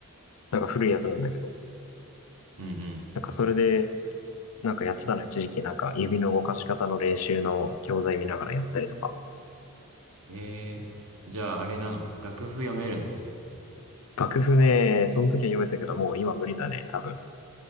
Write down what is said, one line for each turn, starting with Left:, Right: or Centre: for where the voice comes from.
Left: なんか古いやつなんだけど。
Right: うんうん。
Left: なんかそれで、なんかやってたの一時期なんか指の動かし方の練習の教材見ながらやったりとか。
Right: ええじゃああれなの楽譜読めるの
Left: 楽譜ね、その時は読めたけど、もう今無理だね、多分。